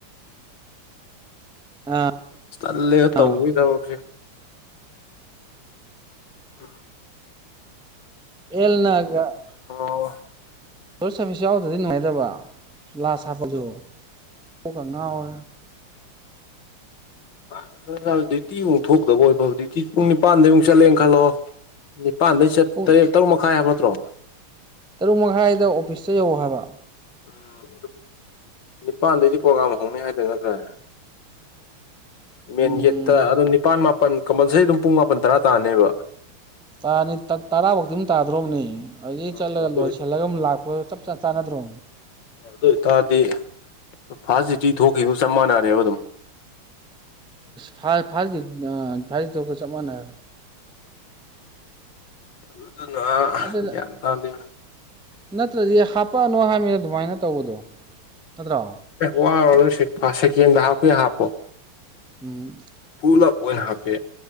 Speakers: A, in the centre; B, on the left (about 60°).
A: ꯑꯥ
B: ꯑꯁ ꯇꯜꯂꯦꯗ ꯇꯧꯗꯣꯏ
A: ꯑꯥ
B: ꯊꯕꯛꯁꯦ ꯎꯝ
A: ꯍꯦꯜꯅꯒ
B: ꯑꯣ
A: ꯗꯣ ꯁꯥꯔꯚꯤꯁ ꯌꯥꯎꯗ꯭ꯔꯗꯤ ꯅꯨꯡꯉꯥꯏꯗꯕ ꯂꯥꯁ ꯍꯥꯞꯄꯖꯨ ꯀꯣꯛꯀ ꯉꯥꯎꯔꯦ
B: <unintelligible> ꯗꯤ ꯇꯤ ꯑꯃꯨꯛ ꯊꯣꯛꯀꯗꯧꯕ ꯑꯣꯏ ꯐꯕꯗꯤꯇꯤ ꯄꯨꯡ ꯅꯤꯄꯥꯟꯗꯩ ꯑꯃꯨꯛ ꯆꯠꯂꯦ ꯈꯜꯂꯣ ꯅꯤꯄꯥꯟꯗꯩ ꯆꯠ
A: ꯄꯨꯡ
B: ꯇꯔꯦꯠ ꯇꯔꯨꯛ ꯃꯈꯥꯏ ꯍꯥꯏꯕ ꯅꯠꯇ꯭ꯔꯣ
A: ꯇꯔꯨꯛ ꯃꯈꯥꯏꯗ ꯑꯣꯐꯤꯁꯇ ꯌꯧ ꯍꯥꯏꯕ꯫
B: ꯎꯝ ꯑꯗꯨ ꯅꯤꯄꯜꯗꯩꯗꯤ ꯄ꯭ꯔꯣꯒꯥꯝ ꯍꯧꯅꯤ ꯍꯥꯏꯗ ꯅꯠꯇ꯭ꯔꯥ꯫ ꯃꯦꯟ
A: ꯎꯝ
B: ꯒꯦꯠꯇ ꯑꯗꯨꯝ ꯅꯤꯄꯥꯜ ꯃꯥꯄꯜ ꯀꯝꯄꯜꯁꯔꯤ ꯑꯗꯨꯝ ꯄꯨꯡ ꯃꯥꯄꯜ ꯇꯔꯥ ꯇꯥꯅꯦꯕ꯫
A: ꯇꯥꯅꯤ ꯇ ꯇꯔꯥ ꯕꯣꯛꯇꯤ ꯑꯗꯨꯝ ꯇꯥꯗ꯭ꯔꯣꯕꯅꯦ ꯑꯗꯨꯗꯒꯤ
B: ꯑ
A: ꯆꯠꯂꯒ
B: ꯑꯗꯨ
A: ꯂꯣꯏꯁꯤꯜꯂꯒ
B: ꯑꯗꯨ
A: ꯑꯃꯝ ꯂꯥꯛ꯫ ꯍꯣꯏ ꯆꯞ ꯆꯞ ꯆꯥꯟꯅꯗ꯭ꯔꯣ꯫
B: ꯑꯗꯨ ꯑꯣꯏꯇꯥꯔꯗꯤ ꯐꯥꯔꯁ ꯗ꯭ꯌꯨꯇꯤ ꯊꯣꯛꯈꯤꯕ ꯆꯞ ꯃꯥꯟꯅꯔꯦꯕ ꯑꯗꯨꯝ꯫
A: ꯐꯥꯔ ꯐꯥ ꯇꯣꯛꯒ ꯆꯞ ꯃꯥꯟꯅꯔꯦ꯫
B: ꯑꯗꯨꯅ
A: ꯑꯗꯨꯗ
B: ꯒ꯭ꯌꯥꯟ ꯇꯥꯗꯦ
A: ꯅꯠꯇ꯭ꯔꯗꯤ ꯍꯥꯄꯛꯑꯅꯣ ꯍꯥꯏꯃꯤ ꯑꯗꯨꯃꯥꯏꯅ ꯇꯧꯕꯗꯣ꯫ ꯅꯠꯇ꯭ꯔꯣ
B: ꯋꯥꯔꯣꯅꯣ ꯁꯦꯀꯦꯟꯗ ꯍꯥꯞꯀꯦ ꯍꯥꯞꯄꯣ꯫
A: ꯎꯝ꯫
B: ꯄꯨꯂꯞ ꯑꯣꯏꯅ ꯍꯥꯞꯄꯦ꯫